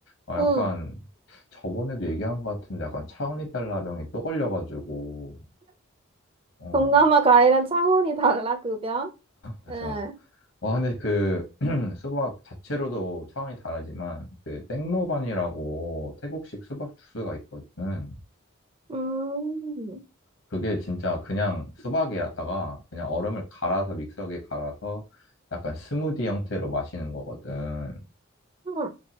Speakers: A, on the left; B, on the right.
A: 어, 약간
B: 응.
A: 저번에도 얘기한 것 같은데 약간 차은이 달라병이 또 걸려가지고, 어,
B: 동남아 과일은 창원이 달라, 급여?
A: 맞아.
B: 예.
A: 와, 근데 그 <clears throat> 수박 자체로도 차원이 다르지만 그 땡모반이라고 태국식 수박 주스가 있거든.
B: 음.
A: 그게 진짜 그냥 수박에다가 그냥 얼음을 갈아서 믹서기에 갈아서 약간 스무디 형태로 마시는 거거든.
B: 음. 아니,